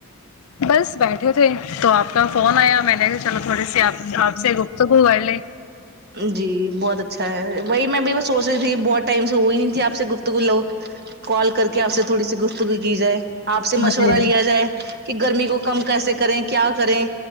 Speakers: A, on the left; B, on the right.
A: بس بیٹھے تھے تو آپ کا فون آیا میں نے کہا چلو تھوڑی سی آپ آپ سے گفتگو کر لے
B: جی بہت اچھا ہے وہی میں بھی وہ سوچ رہی تھی بہت ٹائم سے ہوئی نہیں تھی آپ سے گفتگو لو کال کرکے آپ سے تھوڑی سی گفتگو کی جائے آپ سے مشورہ
A: جی
B: لیا جائے کہ گرمی کو کم کیسے کریں کیا کریں